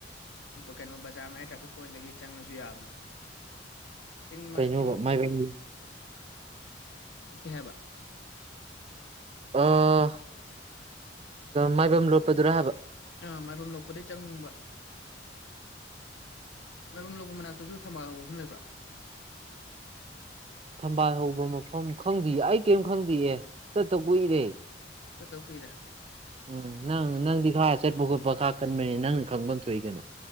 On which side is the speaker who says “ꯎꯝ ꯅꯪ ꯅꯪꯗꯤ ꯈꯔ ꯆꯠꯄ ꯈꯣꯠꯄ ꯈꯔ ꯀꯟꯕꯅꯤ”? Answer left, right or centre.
Right